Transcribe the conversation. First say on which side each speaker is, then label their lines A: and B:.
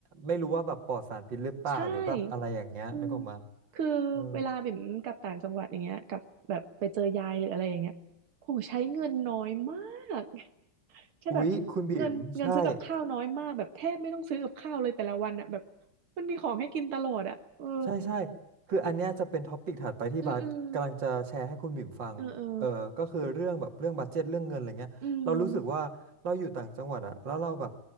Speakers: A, on the right (about 60°); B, on the right (about 85°).
A: ไม่รู้ว่าแบบปลอดสารพิษหรือเปล่าหรือแบบอะไรอย่างเงี้ยนึกออกมา
B: ใช่อืมคือเวลาบิ่มกลับต่างจังหวัดอย่างเงี้ยกลับแบบไปเจอยายหรืออะไรอย่างเงี้ยโหใช้เงินน้อยมาก
A: เออ
B: <laughs> ใช่แบบ
A: อุ๊ยคุณบิ๋มใช่
B: เงินเงินซื้อกับข้าวน้อยมากแบบแทบไม่ต้องซื้อกับข้าวเลยแต่ละวันอ่ะแบบมันมีของให้กินตลอดอ่ะเออ
A: ใช่ใช่คืออันเนี้ยจะเป็นท็อปิกถัดไปที่บาสกำลังจะแชร์ให้คุณบิ๋มฟังเออ
B: อืมอืมเออเออ
A: ก็คือเรื่องแบบเรื่องบัดเจ็ตเรื่องเงินอะไรเงี้ยเรารู้สึกว่าเราอยู่ต่างจังหวัดอะแล้วเราแบบ
B: อืม